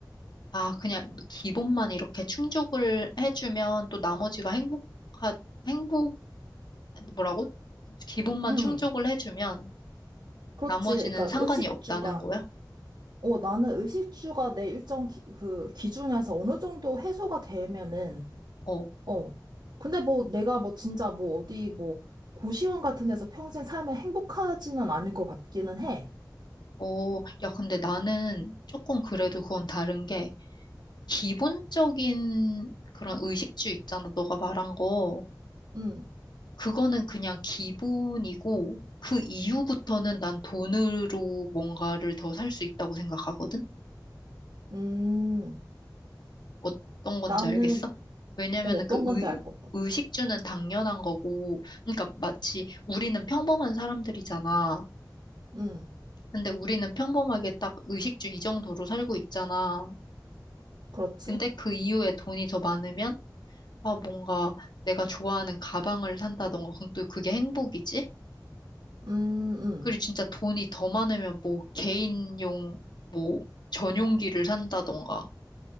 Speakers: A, on the left (about 75°); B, on the right (about 80°).
A: 아, 그냥 기본만 이렇게 충족을 해주면 또 나머지가 행복하, 행복, 뭐라고? 기본만
B: 응,
A: 충족을 해주면
B: 그렇지.
A: 나머지는
B: 그러니까
A: 상관이
B: 의식주가,
A: 없다는 거야?
B: 어, 나는 의식주가 내 일정 기, 그 기준에서 어느 정도 해소가 되면은,
A: 어,
B: 어. 근데 뭐 내가 뭐 진짜 뭐 어디 뭐 고시원 같은 데서 평생 살면 행복하지는 않을 것 같기는 해.
A: 어, 야, 근데 나는 조금 그래도 그건 다른 게 기본적인 그런 의식주 있잖아. 너가 말한 거.
B: 응,
A: 그거는 그냥 기본이고 그 이후부터는 난 돈으로 뭔가를 더 살 수 있다고 생각하거든?
B: 음,
A: 어떤 건지
B: 나는,
A: 알겠어? 왜냐면은
B: 어, 어떤
A: 그 의,
B: 건지 알 것 같아.
A: 의식주는 당연한 거고, 그러니까 마치 우리는 평범한 사람들이잖아.
B: 응,
A: 근데 우리는 평범하게 딱 의식주 이 정도로 살고 있잖아.
B: 그렇지.
A: 근데 그 이후에 돈이 더 많으면, 아, 뭔가 내가 좋아하는 가방을 산다던가, 그럼 또 그게 행복이지?
B: 음, 음,
A: 그리고 진짜 돈이 더 많으면 뭐 개인용, 뭐 전용기를 산다던가.